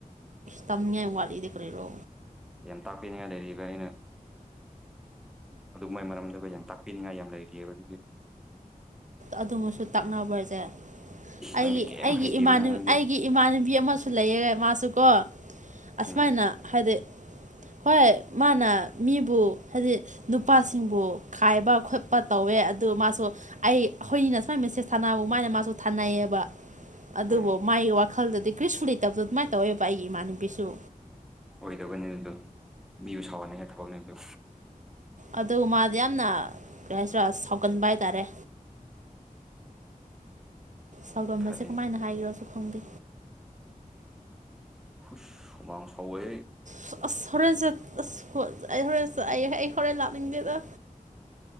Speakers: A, on the right (about 55°); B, in the centre.
A: ꯇꯃꯤꯌꯥ ꯎꯕꯂꯤꯗ ꯀꯔꯤꯔꯣ
B: ꯌꯥꯝ ꯇꯥꯛꯄꯤꯅꯤꯡꯉꯥꯏ ꯂꯩꯔꯤꯕ ꯑꯩꯅ ꯑꯗꯨ ꯃꯥꯏ ꯃꯔꯝꯗ ꯌꯥꯝ ꯇꯥꯛꯄꯤꯅꯤꯡꯉꯥꯏ ꯌꯥꯝ ꯂꯩꯔꯤꯑꯕ ꯑꯗꯨꯒꯤ
A: ꯑꯗꯨꯃꯁꯨ ꯇꯛꯅꯕ꯭ꯔꯖꯦ ꯑꯩꯒꯤ
B: ꯅꯪꯗꯤ ꯀꯩꯝ
A: ꯑꯩꯒꯤ
B: ꯍꯩꯇꯦꯗꯅ
A: ꯏꯃꯥꯟ
B: ꯅꯪꯗꯤ
A: ꯑꯩꯒꯤ ꯏꯃꯥꯟꯅꯕꯤ ꯑꯃꯁꯨ ꯂꯩꯌꯦ ꯃꯥꯁꯨꯀꯣ ꯑꯁꯃꯥꯏꯅ
B: ꯎꯝ
A: ꯍꯥꯏꯗꯤ
B: <inaudible>
A: ꯍꯣꯏ ꯃꯥꯅ ꯃꯤꯕꯨ ꯍꯥꯏꯗꯤ ꯅꯨꯄꯥꯁꯤꯡꯕꯨ ꯈꯥꯏꯕ ꯈꯣꯠꯄ ꯇꯧꯋꯦ ꯑꯗꯨ ꯃꯥꯁꯨ ꯑꯩ ꯑꯩꯈꯣꯏꯅꯤꯅ ꯁꯨꯃꯥꯏꯅ ꯃꯦꯁꯦꯖ ꯊꯥꯅꯕ ꯃꯥꯥꯏꯅ ꯃꯥꯁꯨ ꯊꯥꯅꯩꯌꯦꯕ ꯑꯗꯨꯕꯨ
B: ꯎꯝ
A: ꯃꯥꯒꯤ ꯋꯥꯈꯜꯗꯗꯤ ꯀ꯭ꯔꯤꯁꯄꯨ ꯂꯩꯇꯕꯗꯣ ꯑꯗꯨꯃꯥꯏꯅ ꯇꯧꯋꯦꯕ ꯄꯥꯏ ꯑꯩꯒꯤ ꯏꯃꯥꯟꯅꯕꯤꯁꯨ
B: ꯑꯣꯏꯗꯕꯅꯤ ꯑꯗꯨ ꯃꯤꯕꯨ ꯁ꯭ꯋꯥꯍꯟꯅꯤꯡꯉꯥꯢ ꯊꯕꯛꯅꯦꯕꯨ
A: ꯑꯗꯨ ꯃꯥꯗꯤ ꯌꯥꯝꯅ ꯀꯩ ꯍꯥꯏꯁꯤꯔꯥ ꯁꯥꯎꯒꯟꯕ ꯍꯥꯏꯇꯥꯔꯦ ꯁꯥꯎꯒꯟꯕꯁꯦ
B: ꯐꯔꯦꯅꯦ
A: ꯀꯃꯥꯏꯅ ꯍꯥꯏꯒꯦꯔꯁꯨ ꯈꯪꯗꯦ
B: ꯍꯨꯁ ꯍꯨꯃꯥꯡ ꯁꯥꯎꯋꯦ
A: ꯑꯁ ꯑꯁ ꯍꯣꯔꯦꯟ ꯆꯠ ꯑꯁ ꯑꯩ ꯍꯣꯔꯦꯟꯠ ꯑꯩ ꯑꯩ ꯍꯣꯔꯦꯟ ꯂꯥꯛꯅꯤꯡꯗꯦꯗ